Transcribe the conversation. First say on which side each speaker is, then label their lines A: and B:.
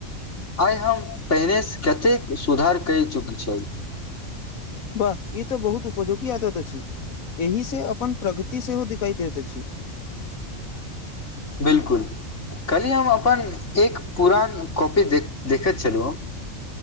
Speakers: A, on the left; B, on the left.
A: आइ हम पहिने से कतेक सुधार कैल चुकी छ
B: वाह ई तऽ बहुत उपयोगी आदत अछि एहि से अपन प्रगति सेहो दिखाई देत अछि
A: बिल्कुल काली हम अपन एक पुरान कॉपी देखैत छलु हम